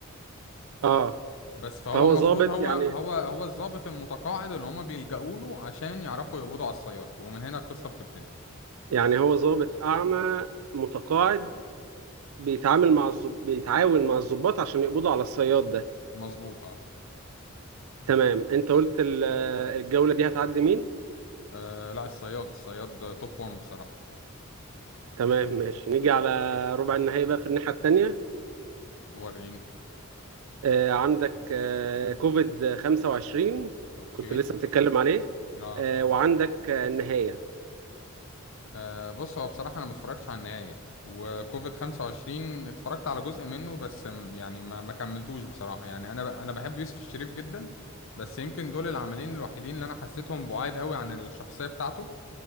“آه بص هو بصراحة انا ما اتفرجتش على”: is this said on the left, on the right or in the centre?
Left